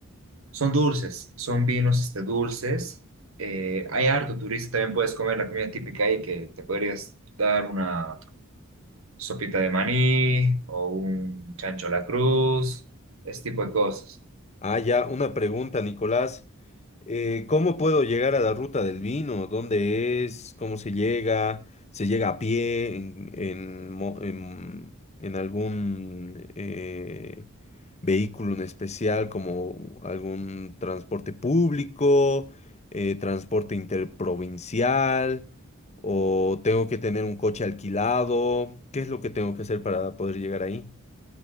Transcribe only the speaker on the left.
Ah, ya, una pregunta, Nicolás. eh, ¿cómo puedo llegar a la ruta del vino? ¿Dónde es? ¿Cómo se llega? ¿Se llega a pie? ¿En, en mo- en- en algún eh, vehículo en especial, como algún transporte público, eh, transporte interprovincial? ¿O tengo que tener un coche alquilado? ¿Qué es lo que tengo que hacer para poder llegar ahí?